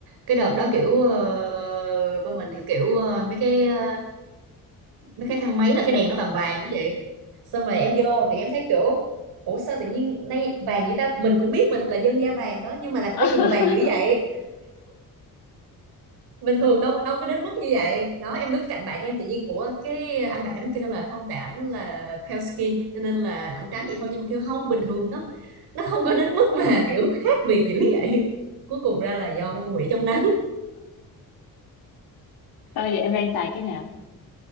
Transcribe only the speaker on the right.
cái đợt đó kiểu ờ, bên mình thì kiểu ờ, mấy cái ờ, mấy cái thang máy là cái đèn nó vàng vàng đó chị xong rồi em vô thì em thấy kiểu ủa sao tự nhiên nay vàng vậy ta mình cũng biết mình là dân da vàng đó nhưng mà làm
cái gì mà vàng dữ vậy bình thường đâu đâu có đến mức như vậy đó em đứng cạnh bạn em tự nhiên ủa cái anh bạn em mới kêu là không tại ảnh là pale skin cho nên là ảnh trắng vậy thôi nhưng mà kêu không bình thường nó nó không có đến mức mà <laughs> kiểu khác biệt dữ vậy cuối cùng ra là do con quỷ trong nắng